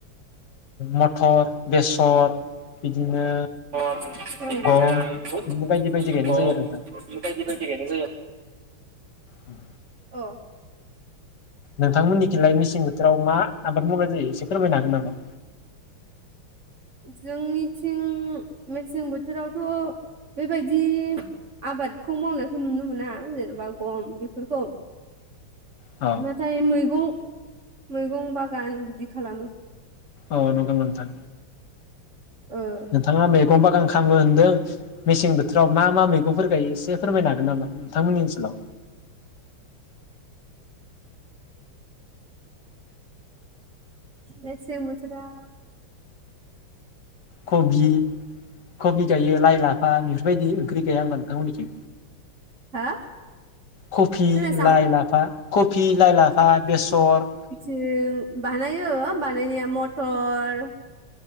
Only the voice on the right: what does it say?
<unintelligible>
बायदि
बायदि
गायनाय
जायो
आरो
अ
जोंनिथिं मेसें बोथोरावथ' बेबायदि आबादखौ मावनायखौ नुनो मोना जेनेबा गम बेफोरखौ
नाथाय मैगं मैगं बागान बिदि खालामो
ओ
मेसें बोथोराव
हा
खोनायासां
ओ बानायो बाना मायनिया मथर